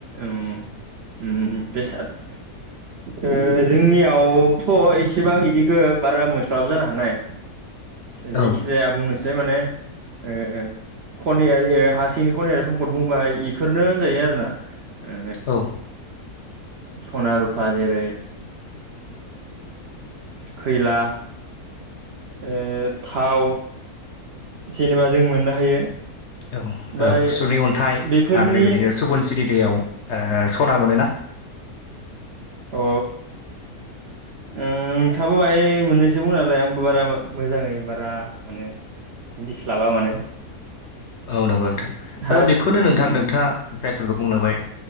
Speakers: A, on the right; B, on the left.
A: ओं उम बेसाद। ओ जोंनियावथ' एसेबां इदिखो बारा मोनस्लाबो जानो हानाय।
B: औ
A: जिखि जाया बुंनोसै माने ओ खनियारि ओ हा सिनिखौ नायना सम्पद बुंबा इफोरनो होनजायो आरो ना। ओ
B: औ
A: सना, रुफा जेरै खैला। ओ थाव। जेनेबा जों मोननो हायो।
B: औ
A: ओमफ्राय
B: औ सुनि अन्थाइ
A: बेफोरनि
B: आरो बेबायदिनो सुबुन स्रिरि दैयाव ओ सना मोनो ना।
A: अ उम थाबो बाहाय मोननैसो बुंना होलाय आंबो बारा मोजाङै बारा माने मिथिस्लाबा माने।
B: औ नंगौ नोंथां।
A: हा
B: ओ बिफोरनो
A: सि
B: नोंथां नोंथाङा जायफोरखौ बुंलांबाय।